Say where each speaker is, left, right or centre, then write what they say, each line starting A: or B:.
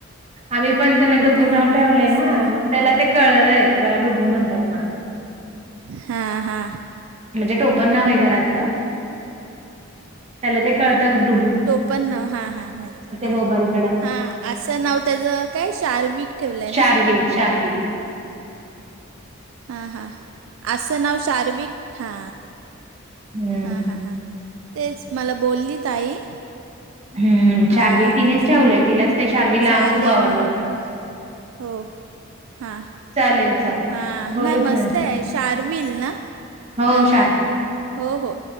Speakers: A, on the right (about 30°); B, on the right (about 80°).
A: आम्ही पण त्याला दोघू
B: काय
A: नाव
B: हां
A: ठेवलंय
B: मस्त
A: ना मग त्याला ते कळलंय त्याला डुगू म्हणतात म्हणून
B: हा हा
A: म्हणजे टोपण नाव आहे घरातलं त्याला ते कळतंुब,
B: टोपण नाव हा हा माहिित हा
A: मोबाईलकडं
B: हा असं नाव त्याचं काय शार्विक, ठेवलं आहे
A: शार्विील
B: ना
A: शार्विील
B: हा हा असं नाव शार्विक हा
A: हम्म
B: हा हा हा तेच मला बोलली ताई
A: हम्
B: हां
A: चार्विल तिनेच ठेवलंय तिलाच ते चार्विलला
B: चालेल
A: खूप आवडलं
B: मग
A: होत.
B: हो हां.
A: चालेल चालेल.
B: हां
A: बोलूच
B: नाही मस्त
A: नंतर
B: आहे शारविील ना
A: हो
B: हां
A: शार्विल
B: हां हो हो